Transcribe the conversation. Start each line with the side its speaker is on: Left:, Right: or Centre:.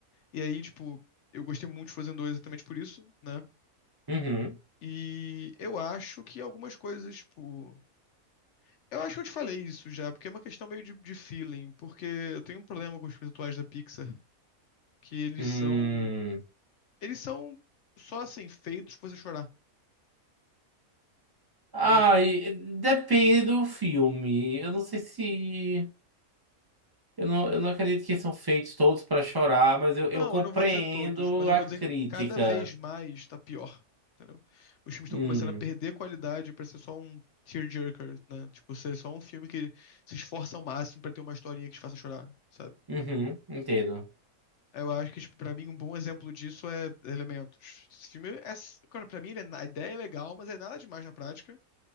Left: E aí, tipo, eu gostei muito de Frozen dois exatamente por isso, né?
Right: Uhum.
Left: E eu acho que algumas coisas, tipo. Eu acho que eu te falei isso já, porque é uma questão meio de, de feeling, porque eu tenho um problema com os filmes atuais da Pixar, que eles
Right: Hum.
Left: são. Eles são só assim, feitos pra você chorar.
Right: Ai,
Left: entendeu?
Right: depende do filme. Eu não sei se. Eu não, eu não acredito que são feitos todos para chorar, mas eu, eu
Left: Não,
Right: compreendo
Left: eu não vou dizer todos, mas eu
Right: a
Left: vou
Right: crítica.
Left: dizer que cada vez mais tá pior, entendeu? Os filmes estão
Right: Hum.
Left: começando a perder qualidade pra ser só um tearjerker, né? Tipo, ser só um filme que se esforça ao máximo pra ter uma historinha que te faça chorar, sabe?
Right: Uhum, entendo.
Left: Eu acho que, tipo, pra mim, um bom exemplo disso é Elementos. Esse filme é... Cara, pra mim, ele é- a ideia é legal, mas é nada demais na prática.